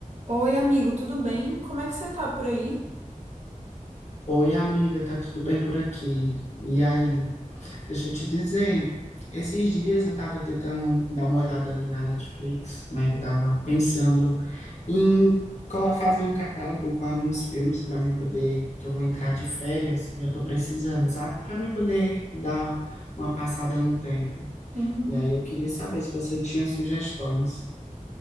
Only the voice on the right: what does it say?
Oi, amigo, tudo bem? Como é que você tá por aí?
Sim.